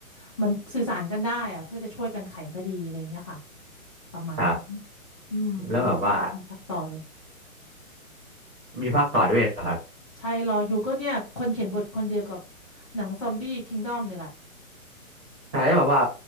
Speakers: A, on the left; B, on the right.
A: เหมือนสื่อสารกันได้อะเพื่อจะช่วยกันไขคดีอะไรอย่างเงี้ยค่ะประมาณนั้น
B: ครับ
A: อืมมันก็มีพักต่ออยู่
B: แล้วแบบว่า มีภาคต่อด้วยเหรอครับ
A: ใช่รออยู่ก็เนี่ยคนเขียนบทคนเดียวกับหนังซอมบี้คิงดอมเนี่ยแหละ
B: ใช่แล้วแบบว่า